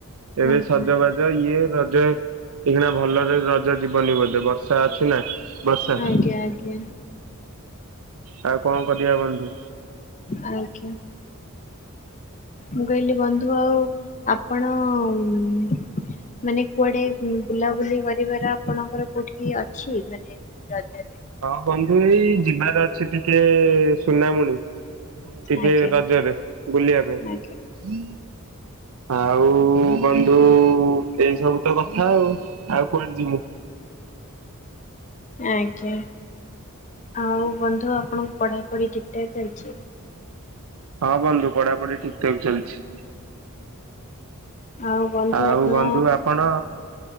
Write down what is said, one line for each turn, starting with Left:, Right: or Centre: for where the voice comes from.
Right: ଏବେ
Left: ଆଜ୍ଞା
Right: ସଜବାଜ ରଜ ଇଏ ରଜ ଏଇନେ ଭଲରେ ରଜ ଯିବନି ବୋଧେ ବର୍ଷା ଅଛି ନା ବର୍ଷା
Left: ଆଜ୍ଞା, ଆଜ୍ଞା।
Right: ଆଉ କଣ କରିବା ବନ୍ଧୁ?
Left: ଆଜ୍ଞା। ମୁଁ କହିଲି ବନ୍ଧୁ ଆଉ ଆପଣ ଉନ୍ ମାନେ କୁଆଡ଼େ ବୁଲାବୁଲି କରିବାର ଆପଣଙ୍କର କୋଉଠି ଅଛି ମାନେ ରଜରେ?
Right: ହଁ ବନ୍ଧୁ ଏଇ ଯିବାର ଅଛି ଟିକେ ସୁନାମୁଣି, ଟିକେ
Left: ଆଜ୍ଞା
Right: ରଜରେ ବୁଲିବା ପାଇଁ।
Left: ଆଜ୍ଞା
Right: ଆଉ ବନ୍ଧୁ ଏଇ ସବୁ ତ କଥା ଆଉ, ଆଉ କୁଆଡେ ଯିମୁ
Left: ଆଜ୍ଞା, ଆଉ ବନ୍ଧୁ ଆପଣଙ୍କ ପଢ଼ାପଢ଼ି ଠିକ୍ ଠାକ୍ ଚାଲିଛି?
Right: ହଁ ବନ୍ଧୁ ପଢ଼ାପଢ଼ି ଠିକ୍ ଠାକ୍ ଚାଲିଛି।
Left: ଆଉ ବନ୍ଧୁ
Right: ଆଉ
Left: ଆପଣ
Right: ବନ୍ଧୁ ଆପଣ